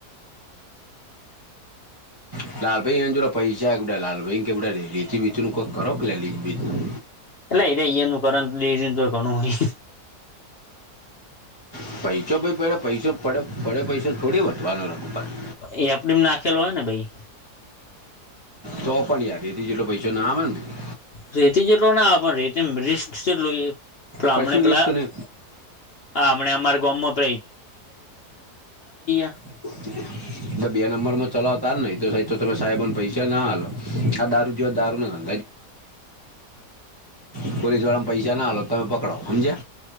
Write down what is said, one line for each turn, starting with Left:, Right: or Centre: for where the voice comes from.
Right: <unintelligible>
Left: એટલે અહીંયા કરેત લીજન તો ઘણું હે
Right: <unintelligible> પૈસો થોડી વધવાનો રઘુપત
Left: એ એપ ડી નાખેલો હોય ને ભાઈ
Right: તો પણ યાર હતી જેટલો પૈસો ના આવેને ભાઈ
Left: રેતી જેટલો ના પણ રેતી
Right: કશું રિસ્ક નહીં
Left: <unintelligible> હામણા અમારાર ગામમમાં <unintelligible>
Right: <inaudible> તો બે નંબર માં ચલાવતાાર ને તો સાહેબ તો તમે સાહેબને પૈસા ના હાલો આ દારૂ જેવા દારૂ ના <unintelligible> પોલીસ વાળામાં પૈસા ના તમે પકડો સમજે